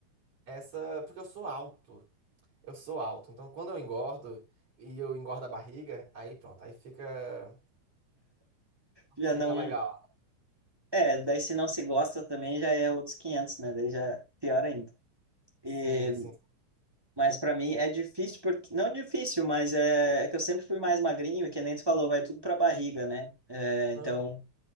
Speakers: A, on the right (about 45°); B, on the right (about 20°).
A: essa, porque eu sou alto, eu sou alto, então quando eu engordo e eu engordo a barriga, aí pronto, aí fica
B: já
A: Fica
B: não.
A: legal.
B: É, daí se não se gosta também já é outros quinhentos né? Daí já é pior ainda. E,
A: Sim, sim.
B: mas para mim é difícil, porque. Não difícil, mas é, é que eu sempre fui mais magrinho e que nem tu falou, vai tudo pra barriga, né? É, então,
A: Aham,